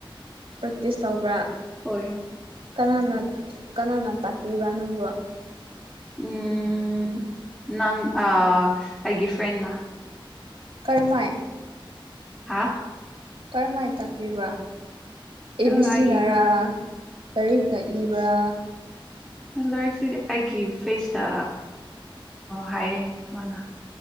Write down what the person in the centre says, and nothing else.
ꯍꯣꯏ
ꯎꯝ ꯅꯪ ꯑ ꯑꯩꯒꯤ ꯐ꯭ꯔꯦꯟꯅ
ꯍꯥꯥ
ꯑꯩꯒꯤ
ꯂꯥꯏꯔꯤꯛꯁꯤꯗꯤ ꯑꯩꯒꯤ ꯐꯦꯁꯇ ꯍꯥꯏꯌꯦ ꯃꯥꯅ